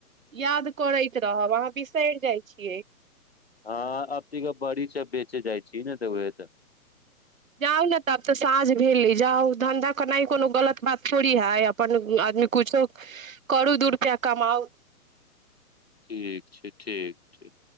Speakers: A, on the right (about 60°); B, on the left (about 45°).
A: याद करैत रहब अहाँ बिसरि जाइ छी छियै
B: हँ अब तऽ बड़ी छै बेचे जाइ छीिय ने तऽ उे तऽ
A: जाउ ने तब तऽ साँझ भेली जाउ धन्धा केना कोनो गलत बात थोड़ी हइ अपन आदमी किछो करू दू रुपैआ कमाउ
B: ठीक छै ठीक ठीक